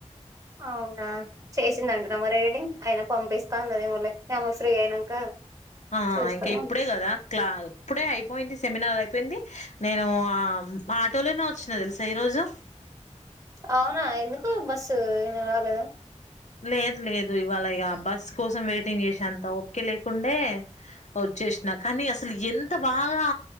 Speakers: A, on the right (about 25°); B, on the left (about 70°).
A: అవునా చేసిందంటన మరి ఎడిటింగ్ అయిన పంపిస్తా అన్నదేమోలే ఆమె ఫ్రీ అయినంక
B: ఆ
A: చూసుకొని
B: ఇంకా ఇప్పుడే
A: పంపిస్తా
B: కదా క్లా ఇప్పుడే అయిపోయింది సెమినార్ అయిపోయింది నేను ఆటోలోనే వచ్చిన తెలుసా ఈరోజు
A: అవునా ఎందుకు బస్సు ఏ రాలేదు
B: లేదు లేదు ఇవాళ ఇక బస్ కోసం వెయిటింగ్ చేసే అంత ఓపిక లేకుండే చేసిన కానీ అసలు ఎంత బాగా